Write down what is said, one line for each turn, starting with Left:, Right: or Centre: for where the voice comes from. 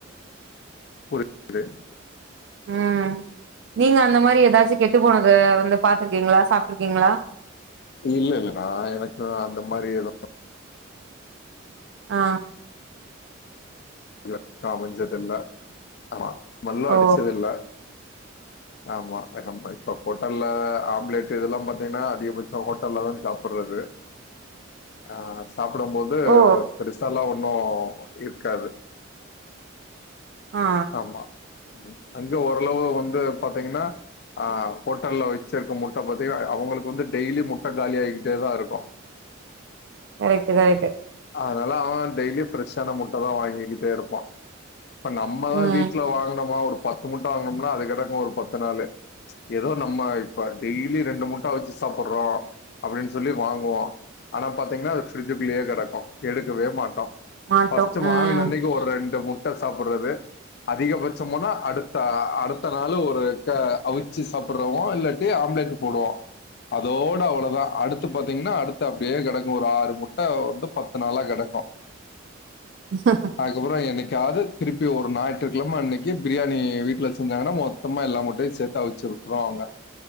Left: <unintelligible>
Right: ம் நீங்க அந்த மாரி ஏதாச்சு கெட்டு போனது வந்து பாத்துருக்கீங்களா சாப்ட்டுருக்கீங்களா
Left: இல்ல இல்ல நா எனக்கு அந்த மாதிரி ஏது
Right: ஆ
Left: இதத்தா அமஞ்சது இல்ல அ ஸ்மல்லு
Right: ஓ
Left: அடிச்சது இல்ல ஆமா நம்ப இப்ப ஹோட்டல்ல ஆம்லெட் இதெல்லா பாத்தீங்கன்னா அதிகபட்சோ ஹோட்டல்தான சாப்புட்றது அ சாப்புடும்போது
Right: ஓ
Left: பெருசால்லா ஒன்னு இருக்காது
Right: ஆ
Left: ஆமா, அங்க ஓரளவு வந்து பாத்தீங்கனா ஆ ஹோட்டல்ல வச்சிருக்க முட்ட பத்திங்கனா அவங்களுக்கு வந்து டெய்லி முட்ட காலியா ஆகிக்கிட்டதா இருக்கு
Right: கரெக்ட் கரெக்ட்
Left: அதனால அவ டெய்லி ஃப்ரெஷ்ஷான முட்டதா வாங்கிக்கிட்டே இருப்பா இப்ப நம்மதா
Right: ம்
Left: வீட்ல வாங்கனோமா ஒரு பத்து முட்டை வாங்கோம்னா அது கெடக்கு ஒரு பத்து நாளு எதோ நம்ம இப்ப டெய்லி ரெண்டு முட்ட அவுச்சு சாப்புட்றோ அப்டின் சொல்லி வாங்குவோ ஆனா பாத்தீங்னா அது பிரிட்ஜுக்குள்ளயே கெடக்கு எடுக்கவே மாட்டோ
Right: மாட்டோ
Left: ஃபர்ஸ்ட்
Right: ம்
Left: வாங்கன அன்னைக் ஒரு ரெண்டு முட்ட சாப்புட்றது அதிகபட்சம் போனா அடுத்த அ அடுத்த நாளு ஒரு க அவிச்சு சாப்புட்றமோ இல்லாட்டி ஆம்லேட் போடுவோ அதோட அவ்வளதா அடுத்து பாத்தீங்னா அடுத்து அப்டியே கெடக்கு ஒரு ஆறு முட்ட வந்து பத்து நாளா கெடக்கு
Right: ஹ
Left: அதுக்கப்பறோ என்னைக்காது திருப்பி ஒரு ஞாயிற்றுக்கிழமை அன்னைக்கு பிரியாணி வீட்டில் செஞ்சாங்கனா மொத் மொத்தமா எல்லா முட்டையு சேத்து அவிச்சு வுட்டுருவாங்க